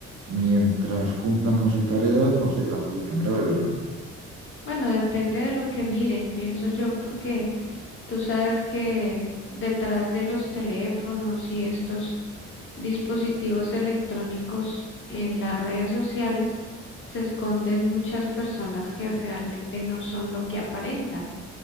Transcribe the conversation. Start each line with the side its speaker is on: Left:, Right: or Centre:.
Right: mientras cumplan con sus tareas, no sé, tampoco es tan grave, ¿verdad?
Left: Bueno, depende de lo que miren, pienso yo, porque Tú sabes que detrás de los teléfonos y estos dispositivos electrónicos en las redes sociales se esconden muchas personas que realmente no son lo que aparentan.